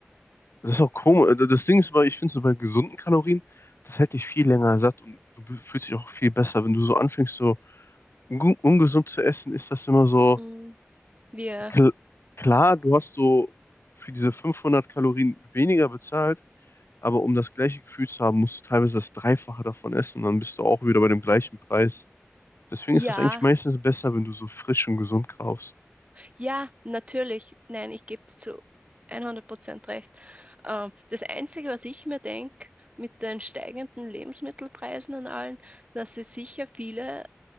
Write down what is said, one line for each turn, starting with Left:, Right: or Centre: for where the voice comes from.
Left: das ist auch komisch. Das Ding ist, weil ich finde, so bei gesunden Kalorien, das hält dich viel länger satt und du fühlst dich auch viel besser. Wenn du so anfängst, so un- ungesund zu essen, ist das immer so,
Right: Mm, Wir,
Left: Kl klar, du hast so für diese 500 Kalorien weniger bezahlt, aber um das gleiche Gefühl zu haben, musst du teilweise das Dreifache davon essen, dann bist du auch wieder bei dem gleichen Preis. Deswegen
Right: ja.
Left: ist das eigentlich meistens besser, wenn du so frisch und gesund kaufst.
Right: Ja, natürlich. Nein, ich gebe dir zu 100% recht. Ähm, das Einzige, was ich mir denke, mit den steigenden Lebensmittelpreisen und allen, dass es sicher viele